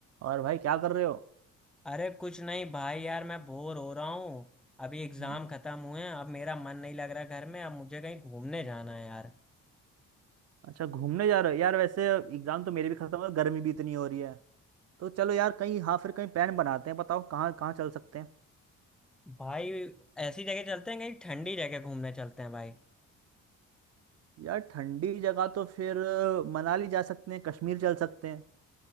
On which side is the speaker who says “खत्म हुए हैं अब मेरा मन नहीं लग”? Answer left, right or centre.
Centre